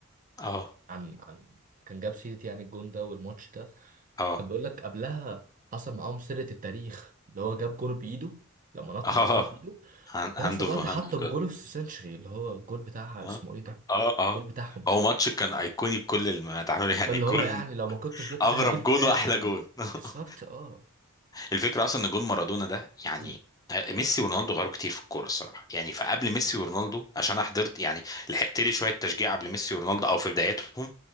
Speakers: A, on the left; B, on the right.
A: اه
B: عن عن كان جاب سيرة يعني الجون ده والماتش ده
A: اه
B: كان بيقول لك قبلها حصل معاهم سيرة التاريخ اللي هو جاب جول بايده لما نط
A: اه
B: حطها
A: <laughs>
B: بايده في
A: هاند
B: نفس الوقت
A: اوف
B: حط
A: هاند اوف
B: الجول في السنشري اللي هو الجول بتاعها
A: اه
B: اسمه ايه ده
A: اه اه
B: الجول بتاعهم ده
A: هو ماتش كان ايقوني بكل المتعامل يعني
B: فاللي
A: جون
B: هو يعني لو ما كنتش جبت
A: اغرب
B: ده هجيب التاني
A: جون واحلى
B: يعني
A: جون <laughs>
B: بالظبط اه
A: الفكره اصلا ان جون مارادونا ده يعني
B: امم
A: ميسي ورونالدو غيروا كتير في الكوره الصراحه يعني فقبل ميسي ورونالدو عشان انا حضرت يعني لحقت لي شويه تشجيع قبل ميسي ورونالدو او في بداياتهم